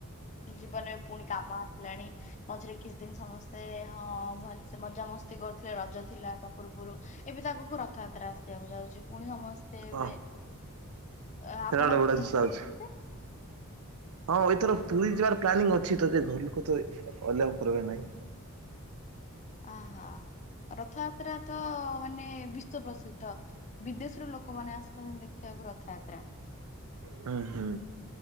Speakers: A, on the left (about 35°); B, on the right (about 80°).
A: ଜୀବନରେ ପୁଣି କାମ ଆସିଲାଣି। ମଝିରେ କିଛି ଦିନ ସମସ୍ତେ ହଁ ଭଲ ସେ ମଜାମସ୍ତି କରୁଥିଲେ ରଜ ଥିଲା ତ। ପୂର୍ବରୁ ଏବେ ତ ଆଗକୁ ରଥଯାତ୍ରା ଆସିବାକୁ ଯାଉଛି ପୁଣି ସମସ୍ତେ ଏବେ
B: ହଁ
A: ଏ ଆପଣ
B: ସେଇଟା ଗୋଟେ ବଡ
A: ଯିବେ?
B: ଜିନିଷ ହଉଛି। ହଁ ଏଥର ପୁରୀ ଯିବାର ପ୍ଲାନିଂ ଅଛି ତ କେ ଘରଲୋକ ତ ଆଲାଉ କରିବେ ନାହିଁ।
A: ଅହ ରଥଯାତ୍ରା ତ ମାନେ ବିଶ୍ୱ ପ୍ରସିଦ୍ଧ। ବିଦେଶରୁ ଲୋକମାନେ ଆସୁଛନ୍ତି ଦେଖିବାକୁ ରଥଯାତ୍ରା।
B: ହୁଁ ହୁଁ।